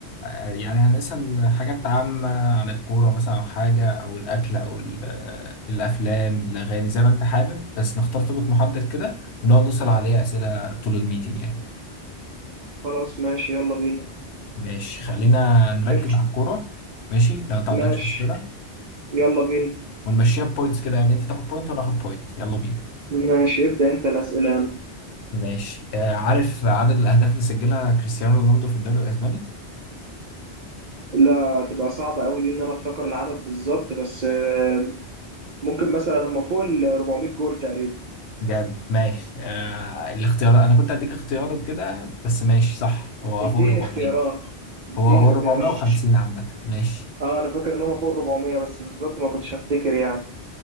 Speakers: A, on the left; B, on the right.
A: يعني هنسال حاجات عامه عن الكوره مثلا او حاجه او الاكل او ال- آه، الافلام الاغاني زي ما انت حابب بس نختار توبيك محدد كده ونقعد نسال عليه اسئله طول الميتنج يعني
B: خلاص ماشي يلا بينا
A: ماشي خلينا نركز
B: اب-
A: على الكوره ماشي ده ما
B: ماشي
A: عندكش مشكله
B: يلا بينا
A: ونمشيها بوينتس كده يعني انت تاخد بوينت وانا اخد بوينت يلا بينا
B: ماشي ابدأ انت الأسئلة يلا
A: ماشي آه عارف عدد الاهداف اللي سجلها كريستيانو رونالدو في الدوري الاسباني
B: لا تبقى صعبة قوي دي ان انا افتكر العدد بالظبط بس آه، ممكن مثلا هم فوق ال 400 جول تقريبا
A: جامد ماشي آه الاختيار انا كنت هديك اختيار كده بس ماشي صح هو
B: اديني
A: فوق ال 400
B: اختيارات اديني
A: هو هو
B: اختيارات
A: 450 عامة ماشي
B: اه انا فاكر ان هم فوق ال 400 بس بالظبط ما كنتش هفتكر يعني